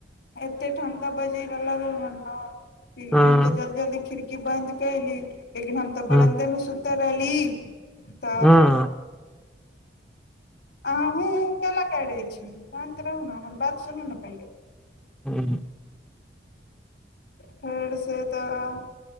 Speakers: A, on the left; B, in the centre.
A: एते ठण्डा बजिऽ लगल ने ठ
B: हँ
A: ह त जल्द जल्ी खिर की बन्द कल लेकिन हम तऽ
B: हँ
A: बरन्दे में सु तरली तऽ
B: हँ
A: अहहूँ क ल कैत छी शानत रहू ने हमर बात सुनू ने थू
B: ह्म
A: फेरसँ तऽ